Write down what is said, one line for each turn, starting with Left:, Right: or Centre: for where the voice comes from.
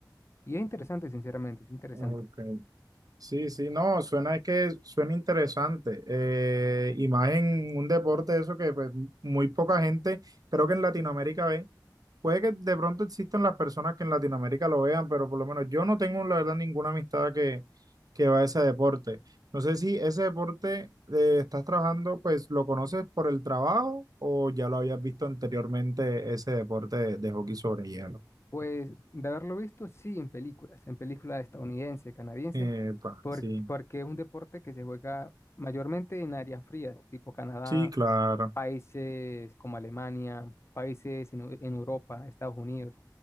Left: Y es interesante, sinceramente, es interesante.
Right: Ok. Sí, sí, no, suena es que suena interesante. Eh, y más en un deporte de eso que pues, muy poca gente, creo que en Latinoamérica ve. Puede que de pronto existan las personas que en Latinoamérica lo vean, pero por lo menos yo no tengo, la verdad, ninguna amistad que, que va a ese deporte. No sé si ese deporte eh, estás trabajando, pues lo conoces por el trabajo o ya lo habías visto anteriormente, ese deporte de, de hockey sobre hielo.
Left: Pues de haberlo visto, sí, en películas, en películas estadounidenses, canadienses,
Right: Epa,
Left: por-
Right: sí,
Left: porque es un deporte que se juega mayormente en áreas frías, tipo Canadá,
Right: sí, claro.
Left: países como Alemania, países en, Eu- en Europa, Estados Unidos.